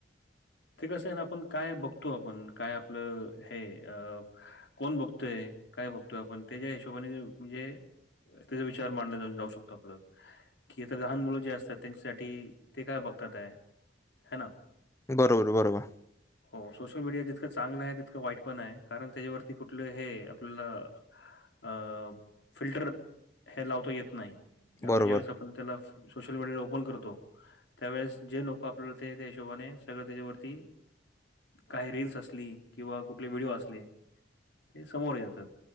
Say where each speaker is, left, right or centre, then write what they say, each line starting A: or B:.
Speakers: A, on the left; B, on the left.
A: ते कस आहे ना आपण काय बघतो आपण काय आपलं हे अ कोण बघतोय काय बघतोय आपण त्याच्या हिशोबाने म्हणजे त्याचा विचार मांडल जाऊ शकतो आपलं कि आता लहान मुलं जे असतात त्यांच्यासाठी ते काय बघतात आहे ह ना
B: बरोबर बरोबर
A: हो सोशल मीडिया जितकं चांगलं आहे तितकं वाईट पण आहे कारण त्याच्यावरती कुठलं हे आपल्याला अ फिल्टर हे लावता येत नाही आपण
B: बरोबर
A: ज्यावेेळेस आप त्याला सोशल मीडिया ओपन करतो त्यावेळेस जे नको आपल्याला ते हिशोबाने सगळं त्याच्यावरती काही रीलल्स असली किंवा कुठले व्हिडिओ असले ते समोर येतात.